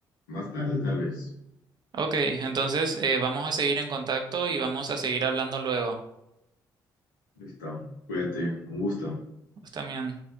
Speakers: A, on the left; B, on the right.
A: Más tarde, tal vez.
B: Ok, entonces eh, vamos a seguir en contacto y vamos a seguir hablando luego.
A: Listo, cuídate, un gusto.
B: Vos también.